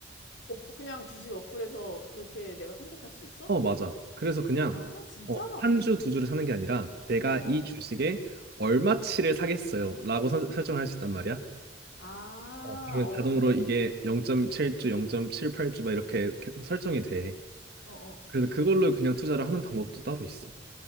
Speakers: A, on the left; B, on the right.
A: 어, 그냥 주식 어플에서 그렇게 내가 선택할 수 있어?
B: 어, 맞아. 그래서 그냥
A: 아, 진짜?
B: 어, 한 주, 두 주를 사는 게 아니라 내가
A: 어.
B: 이 주식에 얼마치를 사겠어요. 라고 선- 설정을 할 수 있단 말이야.
A: 아,
B: 어, 그러면
A: 어,
B: 자동으로
A: 어.
B: 이게 0.7주, 0.78주 막 이렇게 계속 설정이 돼.
A: 어, 어.
B: 그래서 그걸로 그냥 투자를 하는 방법도 따로 있어.